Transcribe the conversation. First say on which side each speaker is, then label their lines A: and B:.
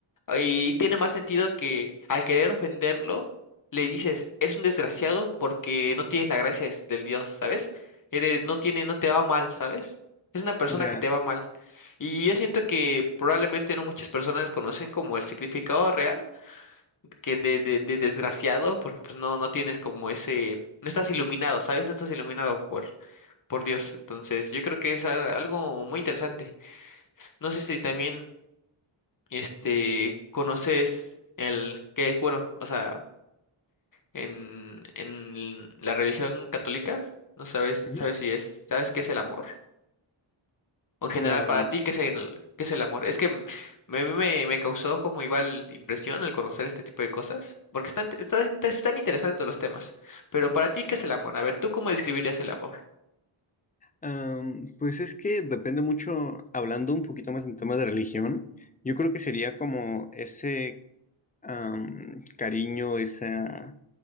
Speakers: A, on the left; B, on the left.
A: Y tiene más sentido que al querer ofenderlo, le dices, es un desgraciado porque no tienes la gracia des- del Dios, ¿sabes? Eres, no tiene, no te va mal, ¿sabes? Es una persona
B: ya.
A: que te va mal. Y yo siento que probablemente no muchas personas conocen como el significado real, que de, de, de desgraciado, porque pues no, no tienes como ese, no estás iluminado, ¿sabes? No estás iluminado por, por Dios. Entonces, yo creo que es a- algo muy interesante. No sé si también este, ¿conoces el qué es bueno? O sea, en, en la religión católica, no sabes,
B: Ujú.
A: sabes si es, sabes qué es el amor. O en general,
B: Ah,
A: para ti, ¿qué es el, qué es el amor? Es que m- me, me, me causó como igual impresión al conocer este tipo de cosas, porque están, están, inter- están interesantes los temas. Pero para ti, ¿qué es el amor? A ver, ¿tú cómo describirías el amor?
B: Am, pues es que depende mucho, hablando un poquito más en tema de religión, yo creo que sería como ese am, cariño, esa